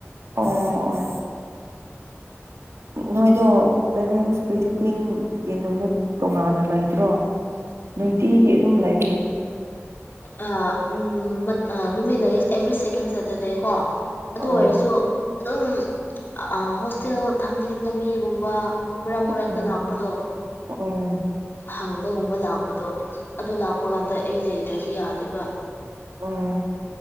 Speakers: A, on the right (about 70°); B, on the left (about 45°).
A: ꯑꯣ ꯑꯣ ꯅꯣꯏꯗꯣ ꯄꯦꯔꯦꯟꯁ ꯄꯤꯖꯤꯇꯤꯡꯒꯤ ꯅꯨꯃꯤꯠ ꯇꯣꯉꯥꯟꯅ ꯂꯩꯇ꯭ꯔꯣ ꯅꯨꯡꯇꯤꯒꯤ ꯑꯗꯨꯝ ꯂꯩ
B: ꯑꯥ ꯎꯝ ꯃꯠ ꯑꯥ ꯅꯨꯃꯤꯠ ꯂꯩꯌꯦ ꯑꯦꯚ꯭ꯔꯤ ꯁꯦꯀꯦꯟ ꯁꯦꯇꯔꯗꯦ ꯀꯣ ꯑꯗꯨ
A: ꯑꯣ
B: ꯑꯣꯏꯔꯁꯨ ꯑꯗꯨꯝ ꯑꯥ ꯍꯣꯁꯇꯦꯜ ꯊꯝꯅꯤꯡꯕ ꯃꯤꯒꯨꯝꯕ ꯃꯔꯛ ꯃꯔꯛꯇ
A: ꯎꯝ
B: ꯂꯥꯛꯄꯗꯣ
A: ꯎꯝ
B: ꯍꯪꯕꯒꯨꯝꯕ ꯂꯥꯛꯄꯗꯣ ꯑꯗꯨ ꯂꯥꯛ__ ꯄꯥ ꯒꯥꯟꯗ ꯑꯩ ꯂꯩꯇ꯭ꯔꯗꯤ ꯌꯥꯗꯦꯕ
A: ꯎꯝ